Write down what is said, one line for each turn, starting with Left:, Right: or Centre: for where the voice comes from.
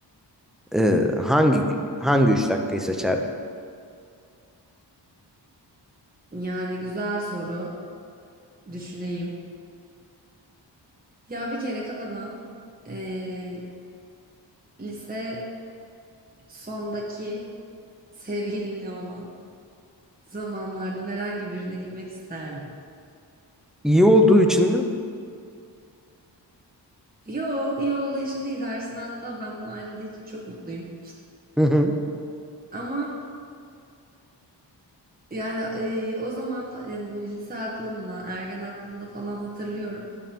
Centre: Ee, hangi hangi 3 dakikayı seçerdin?
Right: Yani güzel soru. Düşüneyim. Ya bir kere kafadan eee, lise sondaki sevgilimle olan zamanlardan herhangi birine gitmek isterdim.
Centre: İyi olduğu için mi?
Right: Yo, iyi olduğu için değil. Arsına hatta benden ayrıldığı için çok mutluyum.
Centre: Hı hı.
Right: Ama yani e, o zaman ta- yani böyle lise aklımla, ergen aklımda falan hatırlıyorum.